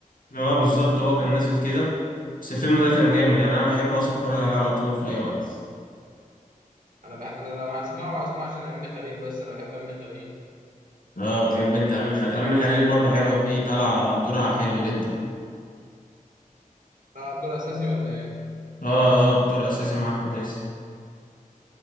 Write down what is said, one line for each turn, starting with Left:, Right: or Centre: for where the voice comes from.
Left: اه بالظبط هو كان نازل كده بس الفيلم ده كان جامد يعني انا بحبه اصلا اتفرج عليه على طول في اي وقت
Right: انا بح... انا لو هسمعه هسمعه عشان امينه خليل بس انا بحب امينه خليل
Left: اه بتحب انت امينه خليل امينه خليل برضه حلوه فيه طالعه دورها حلو جدا
Right: طلع دور اساسي ولا ايه؟
Left: اه اه بطور اساسي مع احمد عز